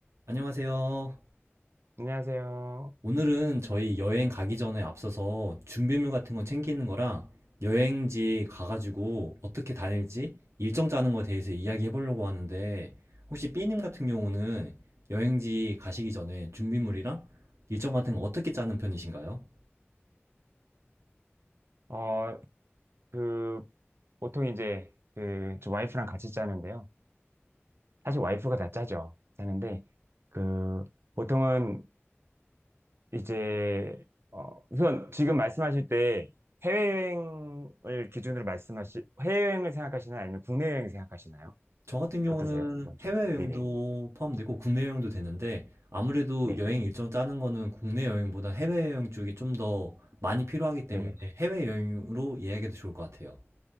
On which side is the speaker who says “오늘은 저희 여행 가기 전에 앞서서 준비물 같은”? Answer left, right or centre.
Right